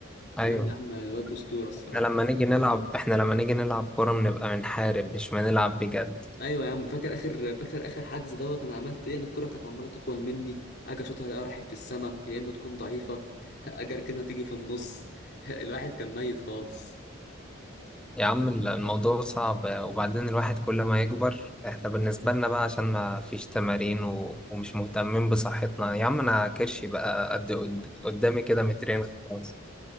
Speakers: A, in the centre; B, on the left (about 50°).
A: ايوه
B: لا يا عم الواد اسطورة الصراحة
A: احنا لما نيجي نلعب احنا لما نيجي نلعب كرة بنبقى بنحارب مش بنلعب بجد
B: ايوه يا عم فاكر اخر فاكر اخر حجز دوت انا عملت ايه انا الكرة كانت عمالة تطول مني اجي اشوطها الاقيها راحت في السما يا اما تكون ضعيفة <laughs> اجي اركنها تيجي في النص <laughs> الواحد كان ميت خالص
A: يا عم الموضوع صعب وبعدين الواحد كل ما يكبر احنا بالنسبة لنا بقى عشان ما فيش تمارين و... ومش مهتمين بصحتنا يا عم انا كرشي بقى قد قد- قدامي كده مترين خلاص